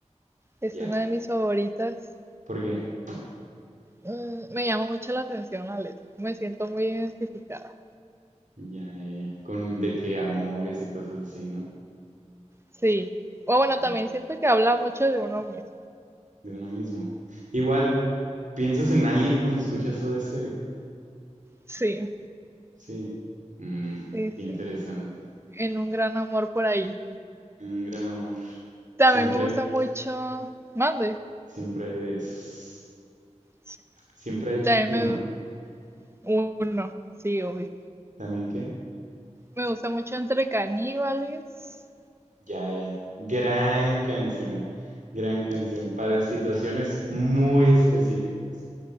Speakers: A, on the right; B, on the right.
A: es
B: Ya.
A: una de mis favoritas.
B: ¿Por qué?
A: Mm, Me llama mucho la atención la letra. Me siento muy identificada.
B: Ya, ya, ya. Con de que amores y cosas así, ¿no?
A: Sí. O bueno,
B: Ya,
A: también siento que habla mucho de uno mismo.
B: de uno mismo. Igual, ¿piensas en alguien cuando escuchas Soda Stereo?
A: Sí,
B: Sí. Mm,
A: sí,
B: qué interesante.
A: sí. En un gran amor por ahí.
B: Un gran amor.
A: También
B: Siempre
A: me gusta
B: hay,
A: mucho. Mande.
B: siempre hay de esos.
A: Sí,
B: Siempre hay
A: También
B: uno.
A: me. Uno. Sí, obvio.
B: ¿También qué?
A: Me gusta mucho Entre Caníbales.
B: Ya, ya. Gran canción. Gran canción. Para situaciones muy específicas.